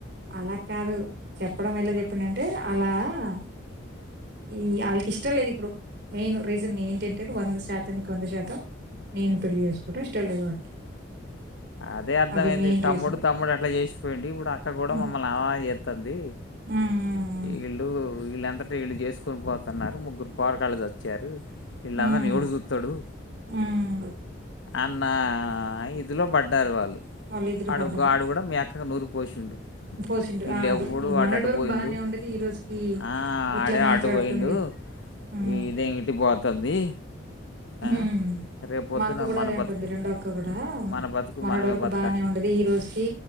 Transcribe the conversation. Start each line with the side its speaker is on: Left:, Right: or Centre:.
Right: అలా కాదు చెప్పడం ఎలా చెప్పిండ అంటే అలా ఆ ఈ వాళ్ళకి ఇష్టం లేదు ఇప్పుడు మెయిన్ రీజన్ ఏంటంటే వంద శాతానికి వంద శాతం నేను పెళ్లి చేసుకోవటం ఇష్టం లేదు వాడికి.
Left: అదే అర్థమైంది
Right: అది మెయిన్
Left: తమ్ముడు
Right: రీజన్
Left: తమ్ముడు అట్లా చేసిపోయింది ఇప్పుడు అక్క కూడా
Right: హ్మ్
Left: మమ్మల్ని అలానే చేత్తంది
Right: హ్మ్
Left: వీళ్ళు వీళ్ళంతట వీళ్ళు చేసుకుని పోతున్నారు ముగ్గురు పోరగాళ్ళు వచ్చారు వీళ్ళందరిని
Right: హ్మ్
Left: ఎవడు చూత్తాడు
Right: హ్మ్
Left: అన్నా ఇద ఇందులో పడ్డారు వాళ్ళు
Right: వాళ్ళిద్దరు
Left: ఆడుగో
Right: పడ్డారు
Left: ఆడు కూడా మీ అక్కకు నూరి పోసిండు.
Right: పోసిండు
Left: వీళ్ళు
Right: ఆ అది
Left: ఎవ్వడు
Right: ఈ
Left: వాడు
Right: మొన్నటి
Left: అటు
Right: వరకు
Left: పోయిండు
Right: బాగానే ఉండది ఈ రోజుకి
Left: ఆ
Right: ఇట్లా
Left: ఆడే
Right: మాట్లాడుతుంది
Left: అటు పోయిండు
Right: ఉమ్.
Left: ఇదేమి ఇటు పోతుంది
Right: ఉమ్
Left: ఆ రేపు పొద్దున
Right: మా అక్క కూడా
Left: మన
Right: అదే
Left: బతుకు
Right: అంటుంది రెండో అక్క కూడా
Left: మన బతుకు
Right: మొన్నటి
Left: మనమే
Right: వరకు
Left: బతకాలి
Right: బాగానే ఉండది ఈ రోజుకిి